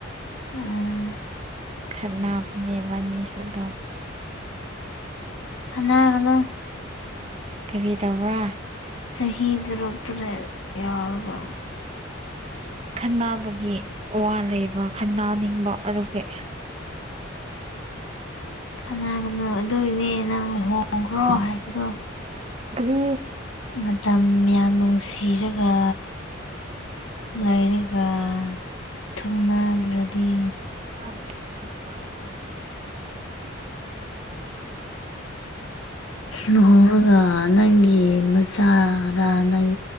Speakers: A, on the left (about 85°); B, on the right (about 30°).
A: ꯎꯝ
B: ꯈꯟ ꯐꯅꯦꯕꯅꯤꯁ ꯑꯗꯨꯝ
A: ꯑꯅꯥ ꯍꯅꯣ
B: ꯀꯔꯤ ꯇꯧꯕ꯭ꯔꯥ
A: ꯆꯍꯤ ꯗꯔꯛꯇꯔꯦ ꯌꯥꯎꯕ
B: ꯈꯟꯅꯕꯒꯤ ꯋꯥ ꯂꯩꯕ ꯈꯟꯅꯟꯅꯅꯤꯡꯕ ꯑꯗꯨꯒꯒꯤ
A: ꯀꯅꯥꯒꯅꯣ ꯑꯗꯨꯏꯅꯦ ꯅꯪ ꯂꯨꯍꯣꯡꯈ꯭ꯔꯣ ꯍꯥꯏꯕꯗꯣ
B: ꯭ꯔꯤ
A: ꯃꯇꯝ ꯌꯥꯝ ꯅꯨꯡꯁꯤꯔꯒ ꯂꯩꯔ ꯊꯨꯡꯅꯥꯜꯂ꯭ꯔꯗꯤ
B: ꯑꯃ ꯄꯄ
A: ꯂꯨꯍꯣꯡꯧꯔꯒ ꯅꯪꯒꯤ ꯃꯆꯥꯔꯥ ꯅꯪ